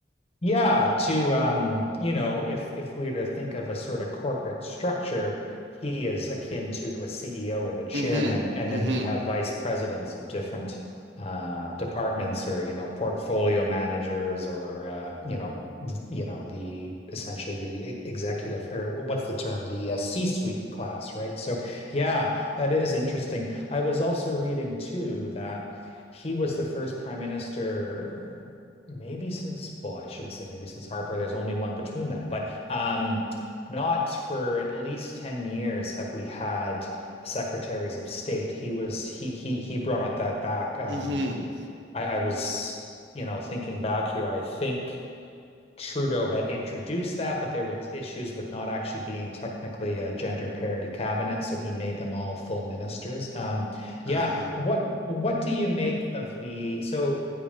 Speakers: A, on the left; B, on the right.
A: Yeah, to um, you know, if if we were to think of a sort of corporate structure, he is akin to a CEO or the chairman,
B: hmm
A: and
B: hmm
A: then we have vice presidents of different uh departments or you know portfolio managers or uh you know v- you know the essentially the e- executive or what's the term the uh, C-suite class right so yeah that is interesting I was also reading too that he was the first prime minister maybe since, well, I shouldn't say maybe since Harper, there's only one between them, but um, not for at least 10 years have we had secretaries of state. He was he he he brought that back. Um,
B: Mm-hmm.
A: I, I was, you know, thinking back here, I think Trudeau had introduced that, but there was issues with not actually being technically a gender parity cabinet, so he made them all full ministers. Um, yeah,
B: Uh,
A: what what do you make of the so